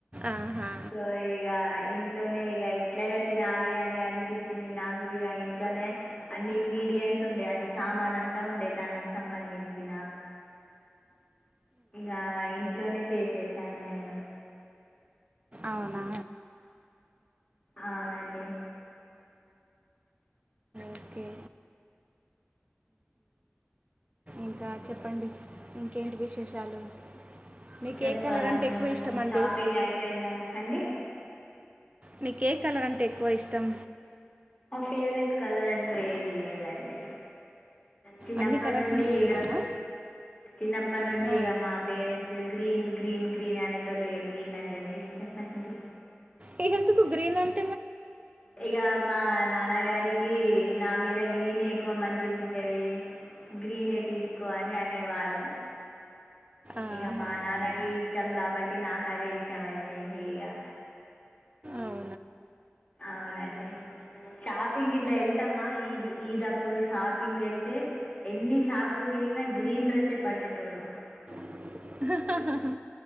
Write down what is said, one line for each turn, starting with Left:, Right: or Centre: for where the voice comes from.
Right: ఆహా
Left: సో ఇగా ఇంట్లోనే ఇక ఎట్లనే తినాలి అని అనిపించింది, నాకు ఇక ఇంట్లోనే అన్ని ఇంగ్ ఇంగ్రీడియంట్స్ ఉండే అంటే సామాన్ అంతా ఉండే దానికి సంబంధించినా. ఇంగా ఇంట్లోనే చేసేసాను నేను
Right: అవునా
Left: అవునండి
Right: ఓకే ఇంకా చెప్పండి ఇంకేంటి విశేషాలు మీకు
Left: చెప్పాలండి
Right: ఏ కలర్ అంటే ఎక్కువ
Left: మీరే
Right: ఇష్టం అండి
Left: షాపింగ్ అయిపోయిందంత అండి.
Right: మీకి ఏ కలర్ అంటే ఎక్కువ ఇష్టం
Left: నా ఫేవరెట్ కలర్ అంటూ ఏమ్ లేదండి చిన్నప్పటి
Right: అన్ని కలర్స్
Left: నుండి
Right: అంటే ఇష్టమేనా
Left: ఇగా చిన్నప్పనుండి
Right: ఆ.
Left: ఇగా మా పేరెంట్సు గ్రీన్ గ్రీన్ గ్రీన్ అనేటోళ్లు ఇగ గ్రీన్ అంటేనే ఇష్టం అండి.
Right: నీకెందుకు గ్రీన్ అన్
Left: ఇగ మా నాన్నగారికి నా మీద గ్రీనే ఎక్కువ మంచిగా ఉంటది. గ్రీనే తీసుకో అని అనేవారు
Right: ఆహా
Left: ఇగ మా నాన్నకి ఇష్టం కాబట్టి నాకు అదే ఇష్టం అయిపోయింది ఇగా.
Right: అవ్
Left: అవునండి షాపింగ్ ఇట్లా వెళ్తామా ఈద్ ఈద అప్పుడు షాపింగ్ కి వెళ్తే ఎన్ని షాపులు తిర్ అయినా గ్రీన్ డ్రెస్సె పట్టేటోడు
Right: హ హ హ